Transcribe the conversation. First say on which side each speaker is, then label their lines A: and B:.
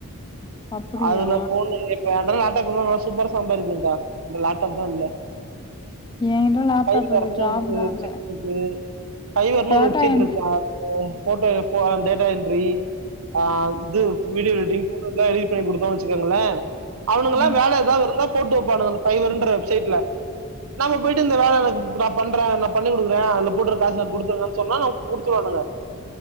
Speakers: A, on the left (about 20°); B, on the right (about 80°).
A: அப்படியா
B: அதுல பொண்ணு என்ட லேப்டாப் இருந்தா நால சூப்பரா சம்பாரிப்பங்கா என்ட லேப்டாப் தா இல்ல
A: என்கிட்ட லேப்டாப்
B: ஹைவர்னு
A: இருக்கு ஜாப்
B: ஒரு வெப்
A: தான் இல்ல
B: சைட் இருக்கு ஹைவர்னுு
A: டேட்டா
B: ஒரு வெப்சைட்
A: என்ட்
B: இருக்கா போட்டோ போ டேட்டா என்ட்ரி ஆ இது வீடியோ எடிடிங் போட்டோலா எடிட் பண்ணி குடுத்தோ வச்சிகோங்ளே அவனுங்களா
A: ஆ
B: வேல ஏதாவது இருந்தா போட்டு வப்பானுங்க அந்த ஹைவன்ற வெப் சைட்ல நாம போயிட்டு இந்த வேல எனக்கு நா பண்ற நா பண்ணி குடுக்குற அல போட்றக்க காசு எனக் குடுத்துருங்கன் சொன்னா அவுன் குடுத்துருவானுங்க